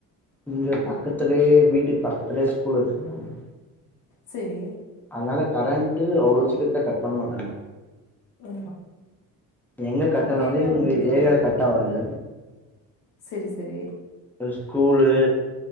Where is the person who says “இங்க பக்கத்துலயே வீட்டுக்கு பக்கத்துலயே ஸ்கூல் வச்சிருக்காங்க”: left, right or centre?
Centre